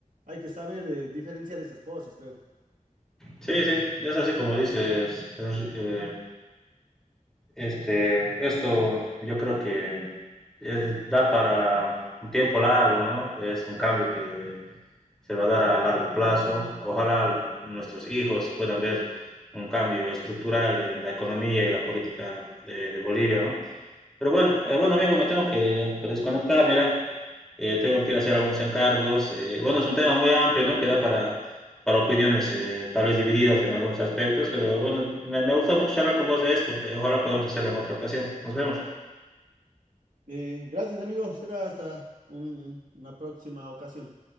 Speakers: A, on the right (about 80°); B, in the centre.
A: hay que saber eh, diferenciar esas cosas, creo.
B: Sí, sí, es así como dices. Enri- eh, este, esto yo creo que es- da para un tiempo largo, ¿no? Es un cambio que se va a dar a largo plazo. Ojalá l- nuestros hijos puedan ver un cambio estructural en la economía y la política de, de Bolivia, ¿no? Pero bueno, eh, bueno amigo, me tengo que, que desconectar, mira, eh, tengo que ir a hacer algunos encargos. eh, bueno, es un tema muy amplio, ¿no? Que da para, para opiniones eh, tal vez divididas en algunos aspectos, pero bueno, me, me gusta mucho charlar con vos de esto. eh, ojalá podamos hacerlo en otra ocasión. Nos vemos.
A: Eh, gracias, amigos. Será hasta un- una próxima ocasión.